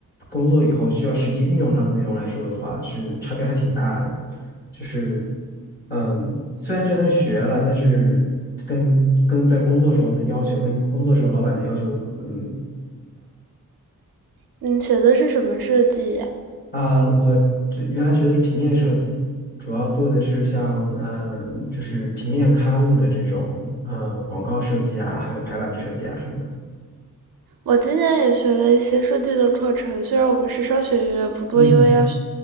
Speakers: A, on the left (about 30°); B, on the right (about 80°).
A: 工作以后需要实际应用上的内容来说的话，是差别还挺大的。就是嗯，虽然这东西学了，但是跟跟在工作时候的要求，跟工作时候老板的要求，嗯，
B: 你学的是什么设计呀？
A: 呃，我这原来学的是平面设计，主要做的是像嗯，就是平面刊物的这种呃广告设计啊，还有排版设计啊什么的。
B: 我今年也学了一些设计的课程，虽然我们是商学院，不过因为要学
A: 嗯，